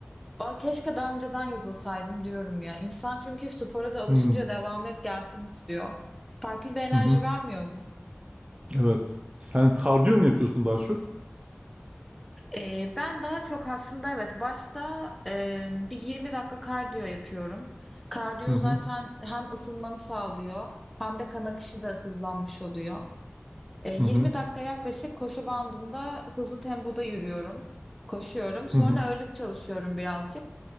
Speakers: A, in the centre; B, on the right (about 25°).
A: Aa, keşke daha önceden yazılsaydım diyorum ya. İnsan çünkü spora da alışınca
B: hı.
A: devamı hep gelsin istiyor. Farklı bir enerji
B: Hı hı.
A: vermiyor mu?
B: Evet. Sen kardiyo mu yapıyorsun daha çok?
A: Ee, ben daha çok aslında evet başta e, bir 20 dakika kardiyo yapıyorum. Kardiyo
B: Hı hı.
A: zaten hem ısınmanı sağlıyor hem de kan akışı da hızlanmış oluyor. Ee, 20
B: Hı hı.
A: dakika yaklaşık koşu bandında hızlı tempoda yürüyorum, koşuyorum. Sonra
B: Hı hı.
A: ağırlık çalışıyorum birazcık.